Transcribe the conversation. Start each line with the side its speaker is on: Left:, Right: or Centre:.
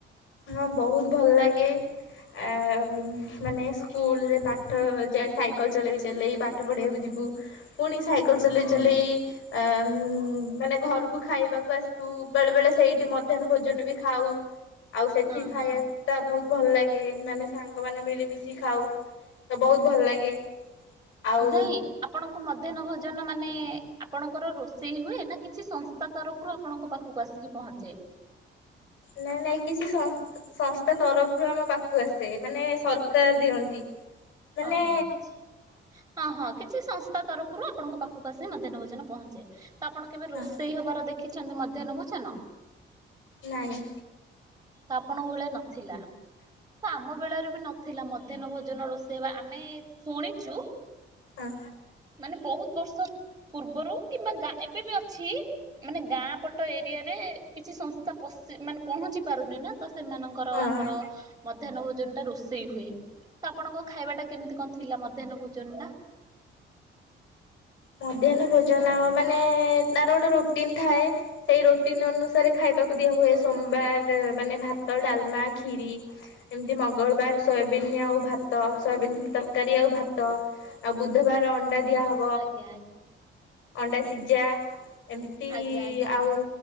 Left: ହଁ ବହୁତ ଭଲ ଲାଗେ ଆ ଉମ ମାନେ ସ୍କୁଲରେ ପାଠ ଯାଏ ସାଇକେଲ ଚଲେଇ ଚଲେଇ ପାଠ ପଢ଼ିବାକୁ ଯିବୁ। ପୁଣି ସାଇକେଲ ଚଲେଇ ଚଲେଇ ଆ ଉମ ମାନେ ଘରକୁ ଖାଇବାକୁ ଆସୁ ବେଳେ ବେଳେ ସେଇଠି ମଧ୍ୟାନ୍ନ ଭୋଜ ଜନ ବି ଖାଉ। ଆଉ ସେଠି
Right: ହଁ
Left: ଖାଇଆ
Right: ହଁ
Left: ଟା ବହୁତ ଭଲ ଲାଗେ ମାନେ ସାଙ୍ଗ ମାନେ ମିଳିମିଶି ଖାଉ ତ ବହୁତ ଭଲ ଲାଗେ। ଆଉ
Right: ନାଇଁ ଆପଣଙ୍କୁ ମଧ୍ୟାହ୍ନ ଭୋଜନ ମାନେ ଆପଣଙ୍କର ରୋଷେଇ ହୁଏ ନା କିଛି ସଂସ୍ଥା ତରଫ ରୁ ଆପଣଙ୍କ ପାଖକୁ ଆସିକି ପହଞ୍ଚେ?
Left: ନାଇଁ ନାଇଁ କିଛି ସ ସଂସ୍ଥା ତରଫରୁ ଆମ ପାଖକୁ ଆସେ ମାନେ ସରକାର ଦିଅନ୍ତି। ମାନେ
Right: ଅହଁ କିଛି ହଁ ହଁ କିଛି ସଂସ୍ଥା ତରଫରୁ ଆପଣଙ୍କ ପାଖକୁ ଆସିି ମଧ୍ୟାହ୍ନ ଭୋଜନ ପହଞ୍ଚେ। ତ ଆପଣ କେବେ
Left: ହଁ
Right: ରୋଷେଇ ହବାର ଦେଖିଛନ୍ତି ମଧ୍ୟାହ୍ନ ଭୋଜନ?
Left: ନାଇଁ।
Right: ତ ଆପଣଙ୍କ ଭଳିଆ ନଥିଲା ତ ଆମ ବେଳାରେ ନଥିଲା ମଧ୍ୟାହ୍ନ ଭୋଜନ ରୋଷେଇ ବା ଆମେ ଶୁଣିଛୁ
Left: ହଁ
Right: ମାନେ ବୋହୁତ ବର୍ଷ ପୂର୍ବରୁ କିମ୍ବା ଗାଁ ଏବେ ବି ଅଛି ମାନେ ଗାଁ ପଟ ଏରିଆରେ କିଛି ସଂସ୍ଥା ପଶି ମାନେ ପହଞ୍ଚି ପାରୁନି ନା ତ ସେମାନଙ୍କର
Left: ହଁ
Right: ଆମର ମଧ୍ୟାହ୍ନ ଭୋଜନଟା ରୋଷେଇ ହୁଏ। ତ ଆପଣଙ୍କ ଖାଇବାଟା କେମତି କଣ ଥିଲା ମଧ୍ୟାହ୍ନ ଭୋଜନଟା?
Left: ମଧ୍ୟାହ୍ନ ଭୋଜନ ମାନେ ତାର ଗୋଟେ ରୋଟିନ ଥାଏ। ସେଇ ରୋଟିନ ଅନୁସାରେ ଖାଇବାକୁ ଦିଆ ହୁଏ ସୋମବାର ମାନେ ଭାତ, ଡାଲମା, ଖିରି ଏମତି ମଙ୍ଗଳବାର ସୋୟାବିନ ଆଉ ଭାତ ସୋୟାବନ ତରକାରୀ ଆଉ ଭାତ। ଆଉ ବୁଧବାର ଅଣ୍ଡା ଦିଆ ହ
Right: ଆଜ୍ଞା ଆଜ୍ଞା।
Left: ଅଣ୍ଡା ସିଜା ଏମତି
Right: ଆଜ୍ଞା ଆଜ୍ଞା ଆଜ୍ଞା
Left: ଆଉ